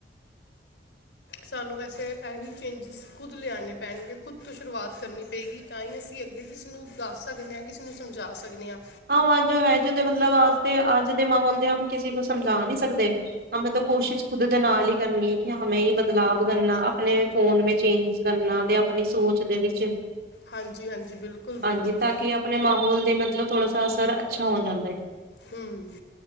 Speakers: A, on the left (about 85°); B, on the right (about 55°).
A: ਸਾਨੂੰ ਵੈਸੇ ਇਹ ਚੇਂਜਿਸ ਖੁਦ ਲਿਆਉਣੇ ਪੈਣਗੇ ਖੁਦ ਤੋਂ ਸ਼ੁਰੂਆਤ ਕਰਨੀ ਪਏਗੀ ਤਾਂ ਹੀ ਅਸੀਂ-' ਅੱਗੇ ਕਿਸੇ ਨੂੰ ਦੱਸ ਸਕਦੇ ਹਾਂ ਕਿਸੇ ਨੂੰ ਸਮਝਾ ਸਕਦੇ ਹਾਂ।
B: ਆਹ ਅੱਜ ਹੈ ਜ ਮਤਲਬ ਅੱਜ ਤੇ ਅੱਜ ਦੇ ਮਾਹੌਲ ਦੇ ਹੂ ਹੂ ਕਿਸੇ ਕੋ ਸਮਝਾ ਨਹੀਂ ਸਕਦੇ। ਕੋਸ਼ਿਸ਼ ਖੁਦ ਦੇ ਨਾਲ ਹੀ ਕਰਨੀ ਕਿ ਹਮੇ ਬਦਲਾਵ ਕਰਨਾ ਆਪਣੇ ਫੋਨ ਮ ਚੇਂਜਿਸ ਕਰਨਾ ਆਪਣੀ ਸੋਚ ਦੇ ਵਿੱਚ
A: ਹਾਂਜੀ ਹਾਂਜੀ ਬਿਲਕੁਲ
B: ਹਾਂਜੀ
A: ਬਿਲਕੁਲ
B: ਤਾਂ ਕਿ ਆਪਣੇ ਮਾਹੌਲ ਦੇ ਮ ਥੋੜਾ ਸ ਅ ਸਰਰ ਅੱਛਾ ਹੋ ਜਾਂਦਾ ਏ।
A: ਹੂ ਹੂ